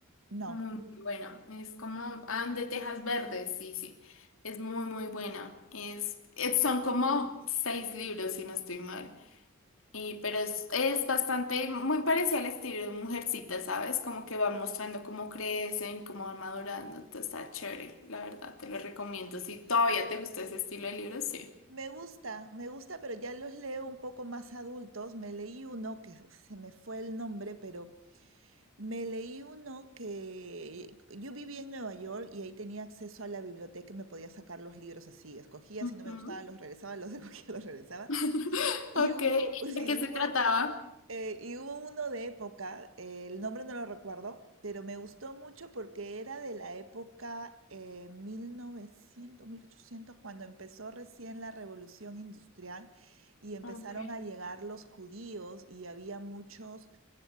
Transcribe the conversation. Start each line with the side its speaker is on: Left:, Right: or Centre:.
Right: no.
Left: muy, muy buena, es como And de Tejas Verdes, sí, sí, es muy, muy buena, es, es- son como seis libros si no estoy mal. Y, pero es, es bastante, muy parecido al estilo de Mujercita, ¿sabes? Como que van mostrando cómo crecen, cómo van madurando. Entonces está chévere, la verdad, te lo recomiendo. Si todavía te gusta ese estilo de libros, sí.
Right: Me gusta, me gusta, pero ya los leo un poco más adultos. Me leí uno que uf, se me fue el nombre, pero me leí uno que yo vivía en Nueva York y ahí tenía acceso a la biblioteca y me podía sacar los libros así. Escogía,
Left: Ujú.
Right: si no me gustaba, los regresaba, los <laughs> escogía, los regresaba.
Left: <laughs>
Right: Y
Left: Ok,
Right: hubo,
Left: ¿y
Right: sí,
Left: ¿de qué
Right: hubo,
Left: se trataba?
Right: Eh, y hubo uno de época, eh, el nombre no lo recuerdo, pero me gustó mucho porque era de la época eh, 1900, mil ochocientos cuando empezó recién la revolución industrial y empezaron
Left: Ok,
Right: a llegar los judíos y había muchos